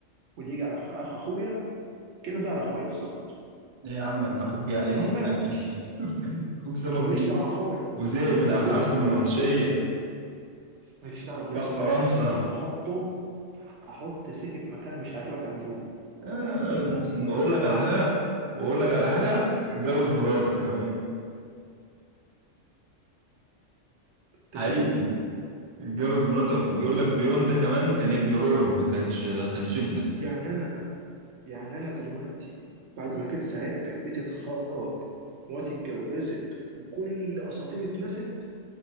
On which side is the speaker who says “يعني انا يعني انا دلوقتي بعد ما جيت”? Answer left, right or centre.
Right